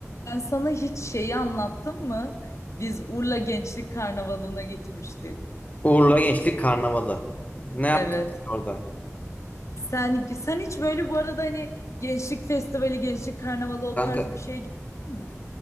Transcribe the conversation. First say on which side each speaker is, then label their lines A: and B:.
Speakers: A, on the left; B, on the left.
A: Ben sana hiç şeyi anlattım mı? Biz Urla Gençlik Karnavalı'na gitmiştik.
B: Uğurla Gençlik Karnavalı. Ne yaptık
A: Evet.
B: orada?
A: Sen sen hiç böyle bu arada hani Gençlik Festivali, Gençlik Karnavalı o
B: Kanka
A: tarz bir şeye gittin mi?